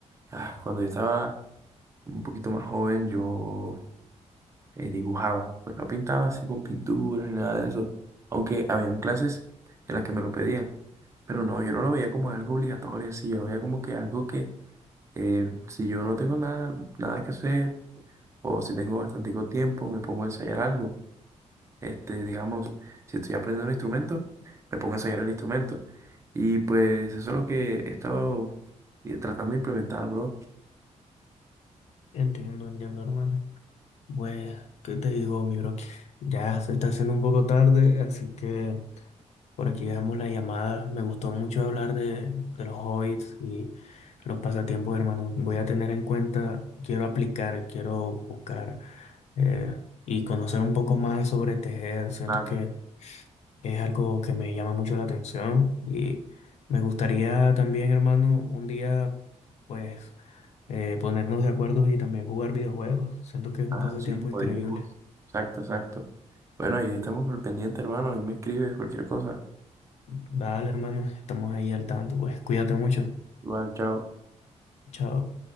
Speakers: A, on the right (about 25°); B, on the left (about 60°).
A: Ah, Cuando yo estaba un poquito más joven, yo eh, dibujaba. Pues no pintaba así con pinturas ni nada de eso. Aunque habían clases en las que me lo pedían. Pero no, yo no lo veía como algo obligatorio, así. Yo lo veía como que algo que eh, si yo no tengo nada, nada que hacer o si tengo bastante tiempo, me pongo a ensayar algo. Este, digamos, si estoy aprendiendo un instrumento, me pongo a ensayar el instrumento. Y pues eso es lo que he estado eh, tratando de implementar, bro.
B: Entiendo, entiendo, hermano. Bueno, ¿qué te digo, mi bro? Ya se está haciendo un poco tarde, así que por aquí dejamos la llamada. Me gustó mucho hablar de, de los hobbits y los pasatiempos, hermano. Voy a tener en cuenta, quiero aplicar, quiero buscar eh, y conocer un poco más sobre tejer. Siento
A: Claro.
B: que es algo que me llama mucho la atención y me gustaría también, hermano, un día, pues, eh, ponernos de acuerdo y también jugar videojuegos. Siento que es un
A: Ah,
B: pasatiempo
A: sí, como
B: increíble.
A: dijimos. Exacto, exacto. Bueno, ahí estamos al pendiente, hermano. Ahí me escribes cualquier cosa.
B: Dale, hermano, estamos ahí al tanto, pues cuídate mucho.
A: Igual, chao.
B: Chao.